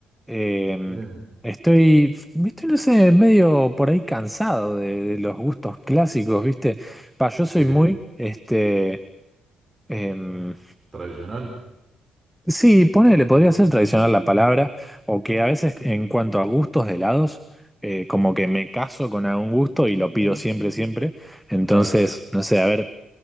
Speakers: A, in the centre; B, on the right (about 30°).
A: Eh,
B: Está bien.
A: estoy, estoy, no sé, medio por ahí cansado de, de los gustos clásicos, ¿viste? Pa, yo
B: Sí,
A: soy muy, este, em,
B: tradicional,
A: Sí, ponele, podría ser tradicional la palabra, o que a veces en cuanto a gustos de helados, eh, como que me caso con algún gusto y lo pido siempre, siempre. Entonces,
B: claro.
A: no sé, a ver,